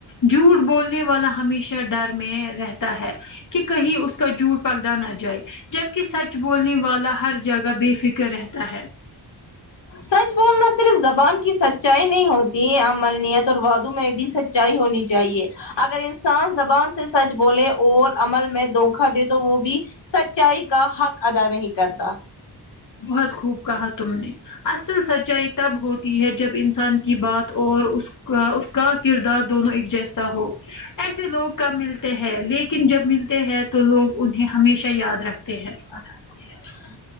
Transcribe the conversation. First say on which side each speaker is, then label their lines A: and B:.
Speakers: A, on the left; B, on the left.
A: جھوٹ بولنے والا ہمیشہ ڈر میں رہتا ہے کہ کہیں اس کا جھوٹ پکڑا نہ جائے جبکے سچ بولنے والا ہر جگہ بے فکر رہتا ہے
B: سچ بولنا صرف زبان کی سچائی نہیں ہوتی عمل نیت اور وادوں میں بھی سچائی ہونی چاہیے اگر انسان زبان سے سچ بولے اور عمل میں دھوکا دے تو وہ بھی سچائی کا حق ادا نہیں کرتا
A: بہت خوب کہا تم نے اصل سچائی تب ہوتی ہے جب انسان کی بات اور اس کہ اس کا کردار دونوں ایک جیسا ہو ایسے لوگ کم ملتے ہیں لیکن جب ملتے ہیں تو لوگ انہیں ہمیشہ یاد رکھتے ہیں
B: <unintelligible>